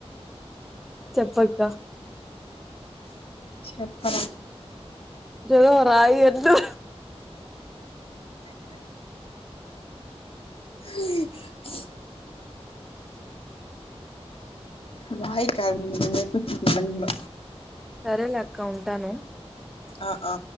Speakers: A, in the centre; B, on the left.
A: చెప్పక్క
B: చెప్పరా
A: ఏదో రాయి ఎద్దు
B: అ <inaudible> రాయి కాదు <inaudible>
A: సరేలే అక్క ఉంటాను
B: ఆ ఆ